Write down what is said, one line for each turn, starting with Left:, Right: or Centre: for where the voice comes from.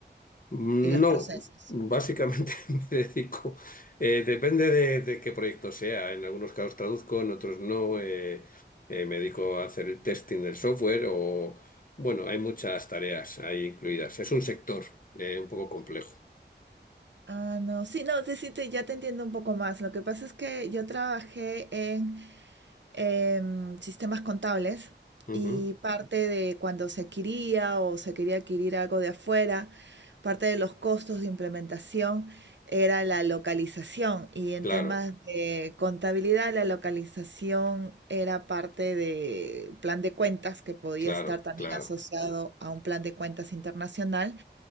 Left: No,
Right: y los procesos.
Left: básicamente <laughs> me dedico, eh, depende de, de qué proyecto sea. En algunos casos traduzco, en otros no. eh, eh, me dedico a hacer el testing del software o, bueno, hay muchas tareas ahí incluidas. Es un sector eh, un poco complejo.
Right: Ah, no, sí, no, sí, sí, te- ya te entiendo un poco más. Lo que pasa es que yo trabajé en em, sistemas contables
Left: Ujú,
Right: y parte de cuando se adquiría o se quería adquirir algo de afuera, parte de los costos de implementación era la localización y en
Left: Claro,
Right: temas de contabilidad la localización era parte del plan de cuentas que podía
Left: claro,
Right: estar también
Left: claro.
Right: asociado a un plan de cuentas internacional